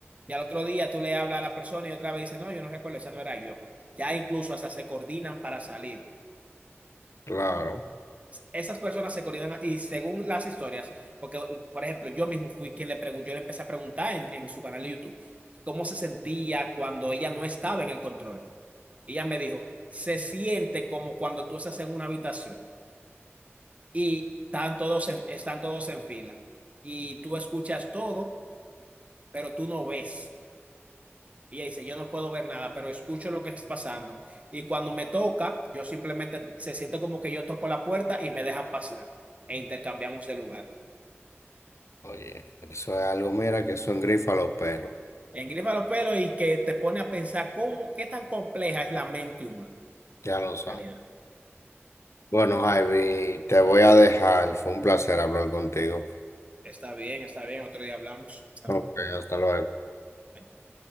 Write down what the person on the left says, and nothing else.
Claro.
Oye, eso es algo, mira, que son grifas los pelos,
ya lo
sabes.
Bueno, Javi, te voy a dejar, fue un placer hablar contigo.
Ok,
hasta luego.